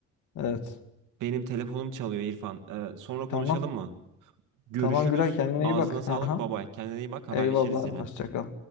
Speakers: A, on the left; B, on the right.
A: Evet.
B: Benim telefonum çalıyor İrfan. Ee, sonra konuşalım
A: Tamam.
B: mı? Görüşürüz.
A: Tamam Güray kendine
B: Ağzına
A: iyi bak.
B: sağlık.
A: Aha.
B: Babay. Kendine iyi bak. Haberleşiriz
A: Eyvallah.
B: yine.
A: Hoşça kal.